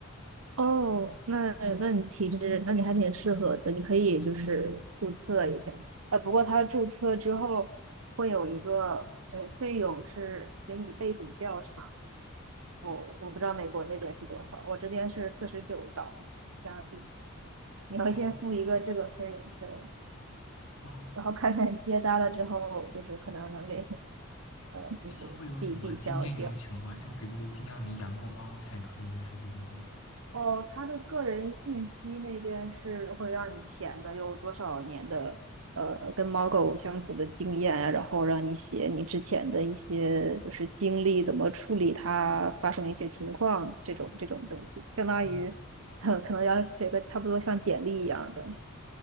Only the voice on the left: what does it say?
哦
哦，
那他会有什么经验要求吗？就比如一定要你养过猫才可以，还是怎么样？
哦